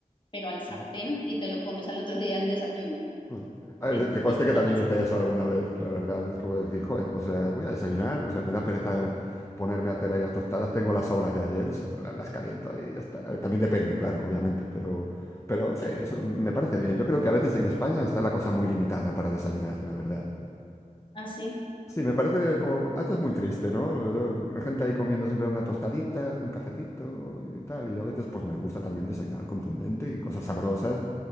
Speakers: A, on the left (about 35°); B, on the left (about 20°).
A: pero al sartén
B: mm.
A: y te lo comes al otro día al desayuno.
B: Mm. A
A: Y,
B: ver,
A: es-
B: que conste
A: y se
B: que
A: llama
B: también
A: así.
B: hice eso alguna vez, la verdad, es como decir, joder, pues eh, voy a desayunar, o sea, me da pereza ponerme a hacer ahí las tostadas, tengo las sobras de ayer, se- la- las caliento ahí y ya está. A ver, También depende, claro, obviamente, pero, pero sí, eso me parece bien. Yo creo que a veces en España está la cosa muy limitada para desayunar, la verdad.
A: Ah, sí.
B: Sí, me parece como, esto es muy triste, ¿no? Yo- la gente ahí comiendo siempre una tostadita, un cafecito y tal, y yo a veces pues me gusta también desayunar contundente y cosas sabrosas